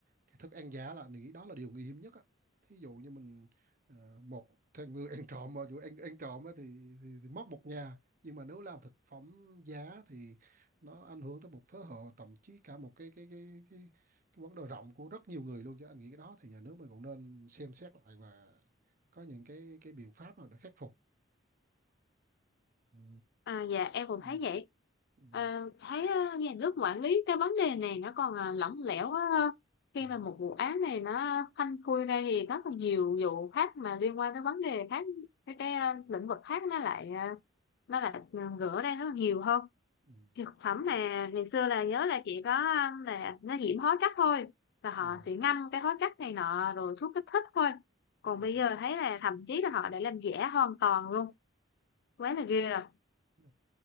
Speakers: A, on the right; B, on the left.
A: cái thức ăn giá là mình nghĩ đó là điều nguy hiểm nhất á thí dụ như mình ờ, một thằng người ăn trộm mà dù ăn ăn trộm á thì, thì, thì mất một nhà nhưng mà nếu làm thực phẩm giá thì nó ảnh hưởng tới một thế hệ thậm chí cả một cái cái cái cái, cái vấn đề rộng của rất nhiều người luôn chứ anh nghĩ cái đó thì nhà nước mình cũng nên xem xét lại và có những cái cái biện pháp nào để khắc phục ừ.
B: À, dạ em cũng
A: Ừ.
B: thấy vậy
A: Ừ.
B: Ờ, thấy ờ, nhà nước quản lý cái vấn đề này nó còn ờ, lỏng lẻo quá ha. khi
A: Ừ.
B: mà một vụ án này nó phanh phui ra thì rất là nhiều vụ khác mà liên quan tới vấn đề khác cái cái ờ,
A: Ừ.
B: lĩnh vực khác nó lại ờ, nó lại ừ, gỡ ra rất là nhiều hơn
A: Ừ.
B: thực phẩm mà ngày xưa là nhớ là chỉ có um, là nó nhiễm hóa chất thôi và họ
A: Ừ.
B: sẽ ngâm cái hóa chất này nọ rồi thuốc kích thích thôi còn
A: Ừ.
B: bây giờ thấy là thậm chí là họ đã làm giả hoàn toàn luôn quá là ghê rồi
A: Ừ.